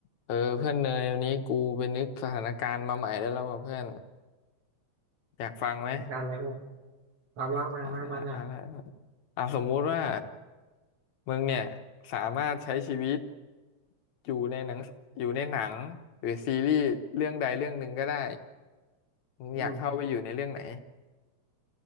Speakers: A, on the left; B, on the right.
A: เออเพื่อนเนยวันนี้กูไปนึกสถานการณ์มาใหม่ได้แล้วว่ะเพื่อนอยากฟังไหม
B: เหมือนกันเลยอ้วนเอาว่ามามามาหน่อย
A: เอะไรอะไรเพื่อนอ่ะสมมุติว่ามึงเนี่ยสามารถใช้ชีวิตอยู่ในหนังอยู่ในหนังหรือซีรีส์เรื่องใดเรื่องหนึ่งก็ได้มึงอยากเข้าไปอยู่ในเรื่องไหน
B: อืม